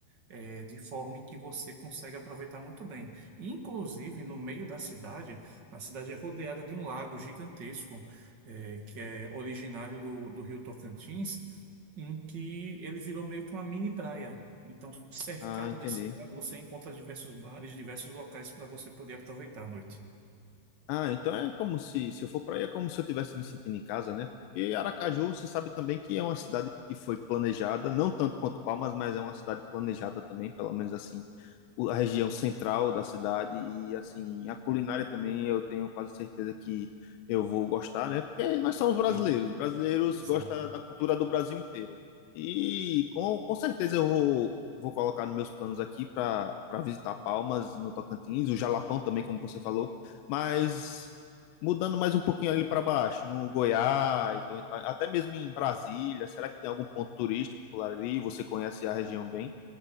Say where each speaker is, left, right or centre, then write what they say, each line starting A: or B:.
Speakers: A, on the right (about 45°); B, on the left (about 80°).
A: é, de forma em que você consegue aproveitar muito bem. Inclusive, no meio da cidade, a cidade é rodeada de um lago gigantesco, é, que é originário do, do Rio Tocantins, em que ele virou meio que uma mini praia. Então, cercado
B: Ah, entendi.
A: desse lago, você encontra diversos bares, diversos locais para você poder aproveitar a noite.
B: Ah, então é como se, se eu for para aí, é como se eu estivesse me sentindo em casa, né? Porque Aracaju, você sabe também que é uma cidade que foi planejada, não tanto quanto Palmas, mas é uma cidade planejada também, pelo menos assim, o- a região central da cidade e assim, a culinária também eu tenho quase certeza que eu vou gostar, né? Porque nós somos brasileiros,
A: Sim,
B: brasileiros
A: exato.
B: gostam da cultura do Brasil inteiro. E com, com certeza eu vou, vou colocar nos meus planos aqui para para visitar Palmas, no Tocantins, o Jalapão também, como você falou mas mudando mais um pouquinho ali para baixo, no Goiás, ou então- até mesmo em Brasília, será que tem algum ponto turístico por ali? Você conhece a região bem?